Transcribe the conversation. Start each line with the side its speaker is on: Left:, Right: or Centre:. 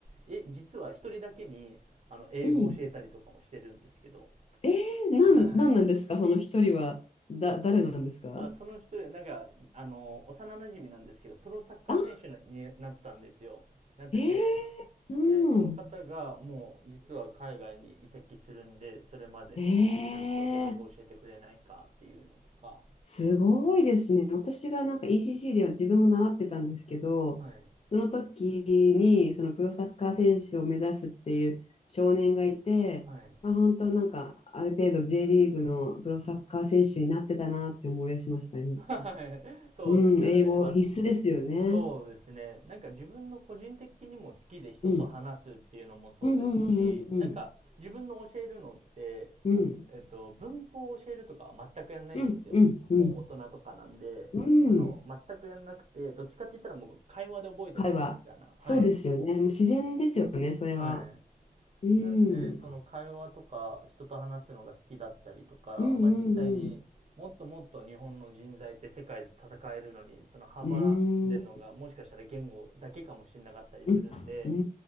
Right: え、実は一人だけに、あの、英語を教えたりとかもしてるんですけど。
Left: うん。ええなん、
Right: はい
Left: なんなんですかその一人は、だ、誰なんですか
Right: あ、その一人、なんか、あの、幼馴染なんですけど、プロサッカー選手になったんですよ。
Left: あ、
Right: なってて、
Left: ええうん。
Right: で、その方が、もう、実は海外に移籍するんで、それまでに、
Left: ええ
Right: ちょっと英語教えてくれないかっていうのとか、
Left: すごいですね。私がなんか ECC では自分も習ってたんですけど、
Right: はい。
Left: その時にそのプロサッカー選手を目指すっていう少年がいて、
Right: はい。
Left: まあ、本当なんかある程度 J リーグのプロサッカー選手になってたなって思い出しました、今。
Right: はい。そうですよね。
Left: うん、英語必須ですよね。
Right: まあ、そうですね。なんか自分の個人的にも好きで人と話すっていうのもそうですし、
Left: うん。うんうんうんうん
Right: なんか自分の教えるのって、
Left: うん。
Right: えっと、文法を教えるとかは全くやんないんですよ。
Left: うんうんうん。
Right: もう大人とかなんで、
Left: うん。
Right: その、全くやんなくて、どっちかって言ったらもう会話で覚えてもらうみたいな。
Left: 会話。そうですよね。
Right: はい。
Left: もう自然ですよね、それは。
Right: はい。
Left: うん。
Right: なんで、その会話とか人と話すのが好きだったりとか、
Left: うんう
Right: まあ実際にもっともっと日本の人材って世界で戦えるのに、
Left: んうん。
Right: その幅でのがもしかしたら言語だけかもしれなかったりするんで、
Left: うん。うん、う